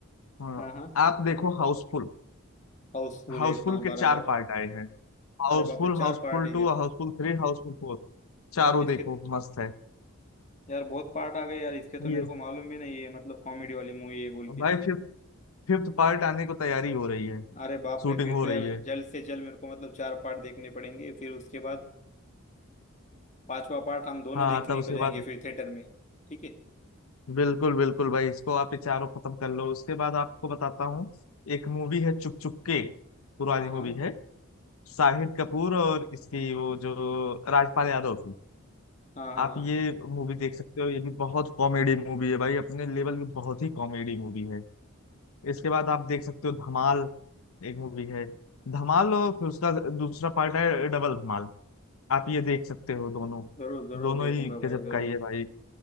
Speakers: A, on the left; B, on the left.
A: हाँ,
B: हाँ हाँ
A: आप देखो हाउसफुल
B: हाउसफुल
A: हाउसफुल
B: एक हाँ
A: के
B: बराबर
A: चार पार्ट आए हैं Housefull
B: अरे बाप रे चार
A: Housefull
B: पार्ट है
A: two
B: क्या
A: Housefull three Housefull four चारों
B: यार इसके
A: देखो मस्त है
B: यार बहुत पार्ट आ गए यार इसके तो
A: ये
B: मेरे को मालूम भी नहीं है मतलब कॉमेडी वाली मूवी है बोल के
A: भाई फिफ्थ फिफ्थ पार्ट आने को तैयारी हो रही है
B: अरे बाप
A: शूटिंग
B: रे फिर
A: हो
B: तो
A: रही
B: यार
A: है
B: जल्द से जल्द मेरे को मतलब चार पार्ट देखने पड़ेंगे फिर उसके बाद पांचवा पार्ट हम दोनों
A: हाँ
B: देखने
A: तब उसके
B: को जाएंगे
A: बाद
B: फिर थिएटर में ठीक है
A: बिल्कुल बिल्कुल भाई इसको आप ये चारों खत्म कर लो उसके बाद आपको बताता हूँ एक मूवी है चुप चुप के पुरानी
B: हाँ
A: मूवी
B: हाँ
A: है शाहिद कपूर और इसकी वो जो राजपाल यादव थी
B: हाँ हाँ
A: आप
B: हाँ
A: ये मूवी देख सकते हो ये भी बहुत कॉमेडी मूवी है भाई अपने लेवल में बहुत ही कॉमेडी मूवी है इसके बाद आप देख सकते हो धमाल एक मूवी है धमाल और फिर उसका दूसरा पार्ट है डबल धमाल आप ये देख सकते हो दोनों
B: जरूर जरूर
A: दोनों
B: देखूंगा
A: ही गजब
B: भाई जरूर
A: का ही है भाई